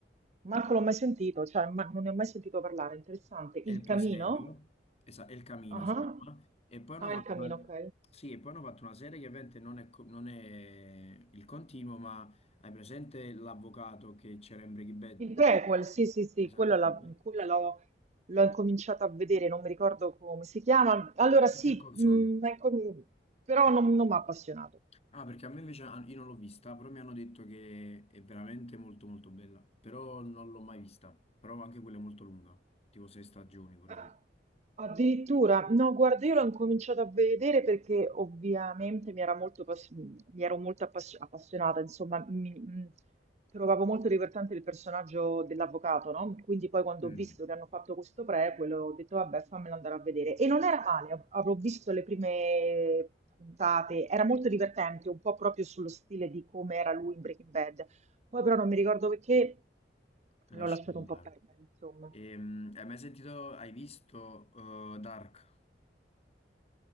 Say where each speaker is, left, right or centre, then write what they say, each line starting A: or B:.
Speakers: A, on the right; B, on the left.
A: manco l'ho mai sentito, cioè ma- non ne ho mai sentito parlare. Interessante. Il
B: È il proseguio.
A: Camino?
B: Esatto, El Camino
A: Ah,
B: si chiama.
A: ah.
B: E poi hanno
A: Ah,
B: fatto
A: il Camino,
B: una,
A: ok.
B: sì, e poi hanno fatto una serie che ovviamente non è, co- non è il continuo, ma hai presente l'avvocato che c'era in Breaking Bad?
A: Il prequel, sì, sì, sì,
B: Esattamente.
A: quello la- quella l'ho l'ho incominciata a vedere, non mi ricordo come si chiama. Allora sì,
B: Better Call
A: mh,
B: Saul.
A: ma incom- però non, non mi ha appassionato.
B: Ah, perché a me invece ah, io non l'ho vista, però mi hanno detto che è veramente molto molto bella. Però non l'ho mai vista. Però anche quella è molto lunga, tipo sei stagioni pure
A: Ah,
B: qui.
A: Addirittura, no, guarda, io l'ho incominciato a vedere perché ovviamente mi, era molto pass- mi ero molto appass- appassionata, insomma, mi, mh, trovavo molto divertente il personaggio dell'avvocato, no? Quindi poi quando
B: Mm.
A: ho visto che hanno fatto questo prequel ho detto, vabbè, fammelo andare a vedere. E non era male, av- avrò visto le prime puntate, era molto divertente, un po' proprio sullo stile di come era lui in Breaking Bad. Poi però non mi ricordo perché
B: Lasci
A: l'ho lasciato
B: andare.
A: un po' perdere, insomma.
B: Ehm, hai mai sentito, hai visto eh, Dark?